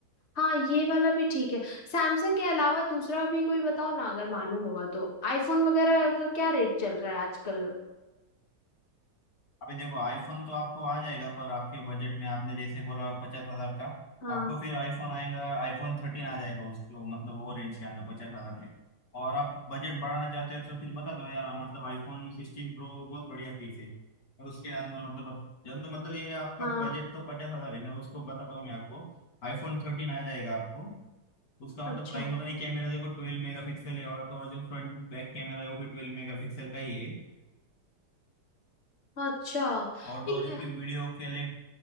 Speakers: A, on the left (about 40°); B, on the left (about 85°).
A: हाँ ये वाला भी ठीक है सैमसंग के अलावा दूसरा भी कोई बताओ ना अगर मालूम होगा तो आईफोन वगैरह का क्या रेट चल रहा है आजकल
B: अभी देखो आईफोन तो आपको आ जाएगा पर आपके बजट में आपने जैसे बोला पचास हजार का
A: हाँ
B: आपको फिर आईफोन आएगा आईफोन थर्टीन आ जाएगा उसको मतलब वो रेंज के अंदर पचास हजार में और आप बजट बढ़ाना चाहते हो तो फिर बता दो यार मतलब आईफोन सिक्सटीन प्रो बहुत बढ़िया पीस है और उसके अंदर मतलब जब मतलब ये आपका
A: हाँ
B: बजट तो पचास हजार है ना उसको बताता हूँ मैं आपको आईफोन थर्टीन आ जाएगा आपको उसका
A: अच्छा
B: मतलब प्राइमरी कैमरा देखो ट्वेल्व मेगा पिक्सल है और तो और जो फ्रंट बैक कैमरा है वो भी ट्वेल्व मेगा पिक्सल का ही है
A: अच्छा
B: और तो
A: एक
B: और इसकी वीडियो के लिए